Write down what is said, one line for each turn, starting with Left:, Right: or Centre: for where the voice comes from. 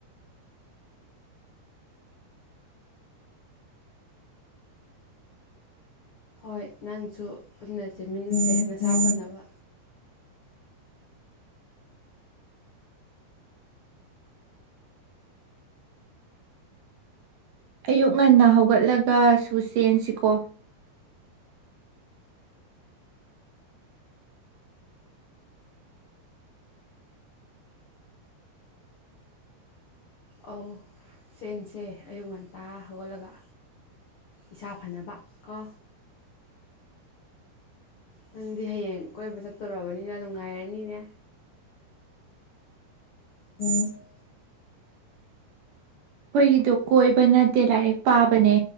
Left: ꯍꯣꯏ ꯅꯪꯁꯨ ꯄꯨꯟꯅ ꯆꯦꯟꯃꯤꯟꯅꯁꯦ ꯅꯁꯥ ꯐꯅꯕ꯫
Right: ꯑꯌꯨꯛ ꯉꯟꯅ ꯍꯧꯒꯠꯂꯒꯁꯨ ꯆꯦꯟꯁꯤꯀꯣ꯫
Left: ꯑꯧ ꯆꯦꯟꯁꯦ ꯑꯌꯨꯛ ꯉꯟꯇꯥ ꯍꯧꯒꯠꯂꯒ꯫ ꯏꯁꯥ ꯐꯅꯕ ꯀꯣ꯫ ꯅꯪꯗꯤ ꯍꯌꯦꯡ ꯀꯣꯏꯕ ꯆꯠꯇꯣꯔꯕꯅꯤꯅ ꯅꯨꯡ ꯉꯥꯏꯔꯅꯤꯅꯦ꯫ <unintelligible>
Right: ꯑꯩꯈꯣꯏꯒꯤꯗꯣ ꯀꯣꯏꯕ ꯅꯠꯇꯦ ꯂꯥꯏꯔꯤꯛ ꯄꯥꯕꯅꯦ꯫